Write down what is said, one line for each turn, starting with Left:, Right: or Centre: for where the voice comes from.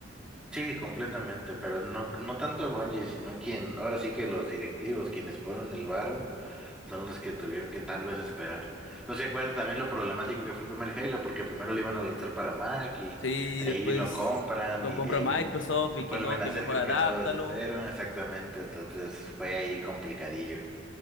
Centre: Sí, completamente, pero no, no tanto Bungie, sino quien, ahora sí que los directivos, quienes ponen el varo, son los que tuvieron que tal vez esperar. No sé si acuerdas también lo problemático que fue el primer Halo, porque primero lo iban a lanzar para Mac y
Left: Sí,
Centre: de
Left: y después
Centre: ahí lo compran
Left: lo
Centre: y
Left: compra
Centre: de ahí
Left: Microsoft y
Centre: vuelven
Left: que no, que
Centre: a hacer
Left: mejor
Centre: creo
Left: adáptalo.
Centre: que todo desde cero, exactamente, entonces fue ahí complicadillo.